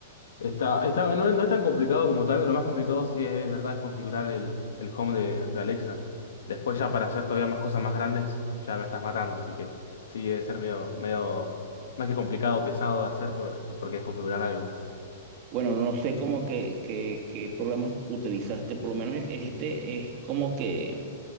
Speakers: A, on the left (about 85°); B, on the right (about 40°).
A: Está, está, no, no es tan complicado como tal, lo más complicado sí es, verdad es configurar el, el home de, de Alexa. Después ya para hacer todavía más cosas más grandes, ya me estás matando, así que sí debe ser medio, medio más que complicado, pesado de hacer por- porque es configurar algo.
B: Bueno, no sé cómo que, que, qué programas utilizaste, por lo menos el- este es como que